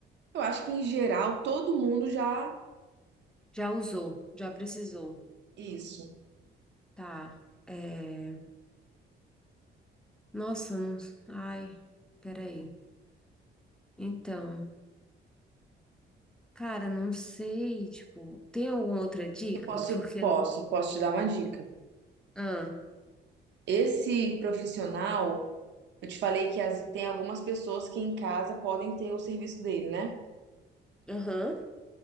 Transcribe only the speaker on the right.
eu acho que em geral todo mundo já.
Isso.
Eu posso,
posso,
posso te dar uma dica.
Esse profissional Eu te falei que as- tem algumas pessoas que em casa podem ter o serviço dele, né?